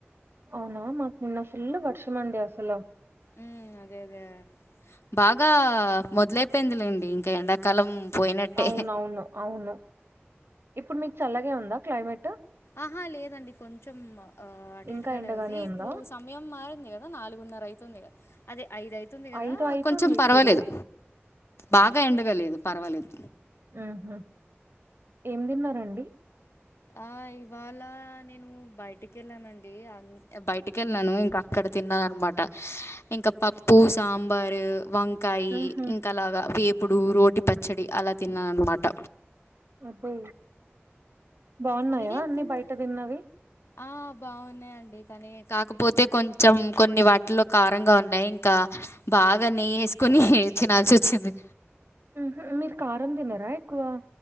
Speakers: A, on the right; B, on the left.
A: అవునా మాకు నిన్న ఫుల్ వర్షమండి అసలు
B: ఉమ్ అదే అదే బాగా మొదలైపోయింది లేండి ఇంక ఎండాకాలం పోయినట్టే.
A: అవున అవును అవును ఇప్పుడు మీకు చల్లగే ఉందా క్లైమేట్
B: ఆహా లేదండి కొంచెం అటు
A: ఇంకా
B: ఇటుగానే
A: ఎండగానే
B: ఉంది
A: ఉందా
B: ఇప్పుడు సమయం మారింది గదా నాలుగున్నరైతుంది గదా అదే ఐదయితుంది కదా
A: ఐదు అయితుంది
B: కొంచెం పర్వాలేదు
A: ఇప్పుడు
B: బాగా ఎండగాలేదు పర్వాలేదు
A: ఉమ్ హూ ఏం తిన్నారండి
B: ఆ ఇవాళ నేను బయటికెళ్ళానండి బయటికెళ్ళాను ఇంక అక్కడ తిన్నాఅన్నమాట ఇంకా పప్పు సాంబారు వం కాయి
A: ఊహూ
B: ఇంకాలాగా వేపుడు రోటి పచ్చడి అలా తిన్నానన్నమాట
A: అబ్బో బావున్నాయా
B: మీరేం
A: అన్ని
B: తిన్నారు
A: బయట తిన్నవి
B: ఆ బావున్నాయంండి కానీ కాకపోతే కొంచెం కొన్ని వాటిల్లో కారంగా ఉన్నాయి ఇంకా బాగా నెయ్యి ఏసుకొని తినాల్సి వచ్చింది
A: ఉమ్ హు మీరు కారం తినరా ఎక్కువ